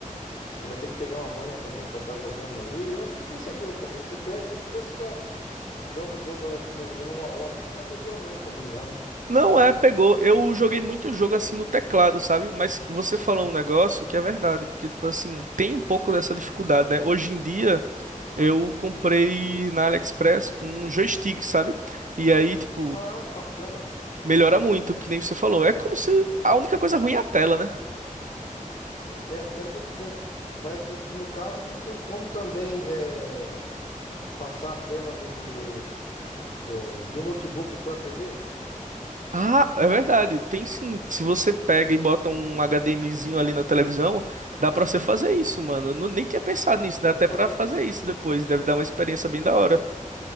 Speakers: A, on the left (about 65°); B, on the right (about 65°).
A: você vai ter que pegar uma manha também pra estar jogando ali. Eu acho que não tem segredo também. Você pega ali, depois você já joga o jogo, eu acho que mais ou menos uma hora. ali Você já pegou a manha também já, né?
B: Não é, pegou. Eu joguei muito jogo assim no teclado, sabe? Mas você falou um negócio que é verdade, porque, tipo assim, tem um pouco dessa dificuldade, né? Hoje em dia, eu comprei na AliExpress um joystick, sabe? E aí, tipo,
A: Ah, que bacana.
B: melhora muito, que nem você falou. É como se a única coisa ruim é a tela, né?
A: É, a tela que é pequena. Mas eh, no caso não tem como também eh, passar a tela do, do- do, do notebook para TV,
B: Ah, é verdade, tem sim. Se você pega e bota um HDMizinho ali na televisão, dá pra você fazer isso, mano. Eu nu- nem tinha pensado nisso, dá
A: dá
B: até
A: para fazer.
B: pra fazer isso depois. Deve dar uma experiência bem da hora.